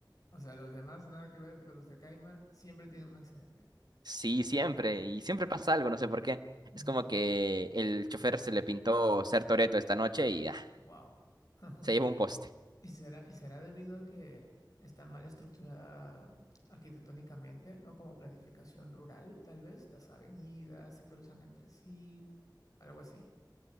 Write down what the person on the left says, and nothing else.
O sea, los demás nada que ver, pero los de Caima siempre tienen un accidente.
Mm,
wow. <laughs>
¿Y será, y será debido a que está mal estructurada mm, arquitectónicamente, ¿no? Como planificación rural, tal vez. Las avenidas se cruzan entre sí, algo así.